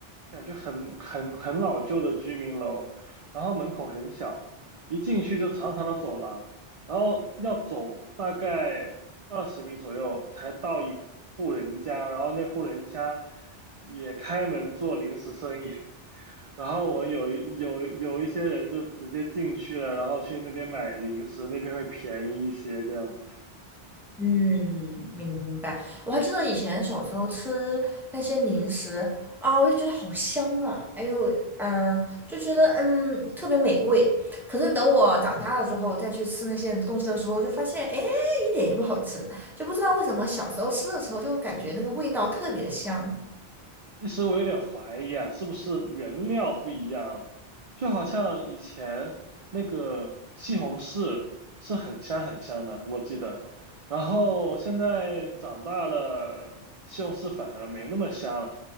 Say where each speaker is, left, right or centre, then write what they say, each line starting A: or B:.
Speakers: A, on the right; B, in the centre.
A: 感觉很很很老旧的居民楼，然后门口很小，一进去就长长的走廊。然后要走大概二十米左右才到一户人家，然后那户人家也开门做零食生意，<laughs> 然后我有一有有一些人就直接进去了，然后去那边买零食，那边会便宜一些这样子。
B: 嗯，明白。我还记得以前小时候吃那些零食啊，我就觉得好香啊，哎呦，嗯，就觉得嗯特别美味。可是等我长大了之后再去吃那些东西的时候，就发现哎一点也不好吃，就不知道为什么小时候吃的时候就感觉那个味道特别的香。
A: 一时我有点怀疑啊，是不是原料不一样了？就好像以前那个西红柿是很香很香的，我记得。然后现在长大了，西红柿反而没那么香了。